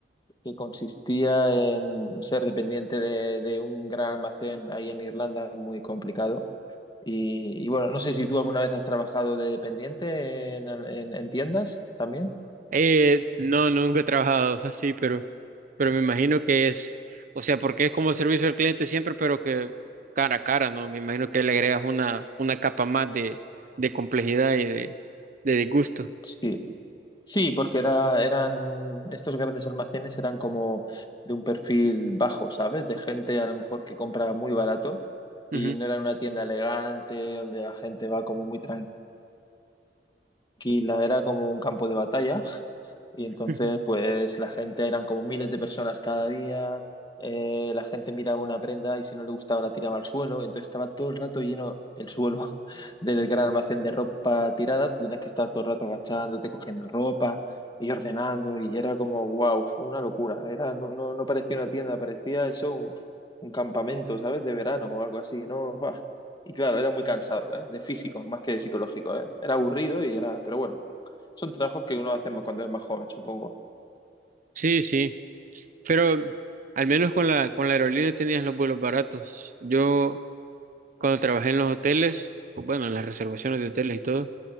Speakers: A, on the left; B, on the right.
A: que consistía en ser dependiente de, de un gran almacén ahí en Irlanda, muy complicado. Y, y bueno, no sé si tú alguna vez has trabajado de dependiente en, en en tiendas también.
B: Eh, no, nunca he trabajado así, pero, pero me imagino que es, o sea, porque es como servicio al cliente siempre, pero que cara a cara, ¿no? Me imagino que le agregas una, una capa más de, de complejidad y de, de disgusto.
A: Sí. Sí, porque era, eran, estos grandes almacenes eran como de un perfil bajo, ¿sabes? De gente a lo mejor que compra muy barato y
B: Ujú.
A: no era una tienda elegante donde la gente va como muy tranquila tranquila, era como un campo de batalla. Y entonces,
B: Ujú.
A: pues la gente eran como miles de personas cada día. eh, la gente miraba una prenda y si no le gustaba la tiraba al suelo. Entonces estaba todo el rato lleno el suelo <laughs> del gran almacén de ropa tirada. Tú tenías que estar todo el rato agachándote, cogiendo ropa y ordenando. Y era como, wow, una locura. Era, no, no, no parecía una tienda, parecía eso un, un campamento, ¿sabes? De verano o algo así, ¿no? <laughs> Y claro, era muy cansado, ¿eh? De físico, más que de psicológico, ¿eh? Era aburrido y era... Pero bueno, son trabajos que uno hace cuando es más joven, supongo.
B: Sí, sí, pero al menos con la, con la aerolínea tenías los vuelos baratos. Yo cuando trabajé en los hoteles, o bueno, en las reservaciones de hoteles y todo,